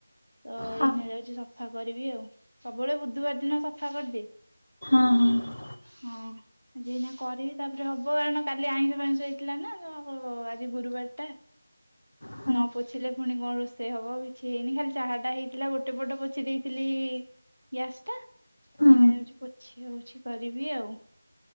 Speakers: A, on the right; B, on the left.
A: ତ ଏଇନା
B: ହଁ
A: ଯାଉଛି ସଫା କରିବି ଆଉ ସବୁବେଳେ ବୁଧବାର ଦିନ ସଫା କରିଦିଏ
B: ହଁ ହଁ
A: ହଁ ଜି କରିବି ତାପରେ ହବ କାରଣ କାଲି ଆଇଁଷ ଫାଇଁଷ ହେଇଥିଲା ନା ଅ ତ ଆଜି ଗୁରୁବାର ଟା
B: ହଁ
A: ନ ପୋଛିଲେ ପୁଣି କଣ ରୋଷେଇ ହବ କିଛି ହେଇନି ଖାଲି ଚାହା ଟା ହେଇଥିଲା ଗୋଟେ ପଟ ପୋଛି ଦେଇଥିଲି ଗ୍ୟାସ ଟା ଏଇନା
B: ହୁଁ
A: ଯାଉଛି ପୋଛି ହଉଛି କରିବି ଆଉ